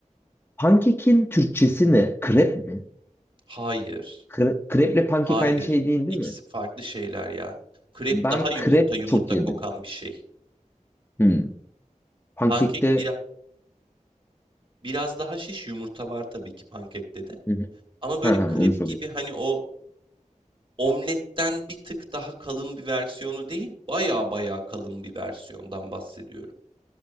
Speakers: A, on the left; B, on the right.
A: Pankekin Türkçesi ne? Krep mi?
B: Hayır.
A: Kre- kreple pankek
B: Hayır.
A: aynı şey değil değil
B: İkisi
A: mi?
B: farklı şeyler ya. Krep
A: Ben
B: daha yumurta
A: krep
B: yumurta
A: çok yedim.
B: kokan bir şey.
A: Hmm. Pankekte
B: Pankek bira, biraz daha şiş yumurta var tabii ki pankekte de.
A: Hı hı.
B: Ama böyle
A: ha,
B: krep
A: ha, onu soruyorum.
B: gibi hani o omletten bir tık daha kalın bir versiyonu değil, baya baya kalın bir versiyondan bahsediyorum.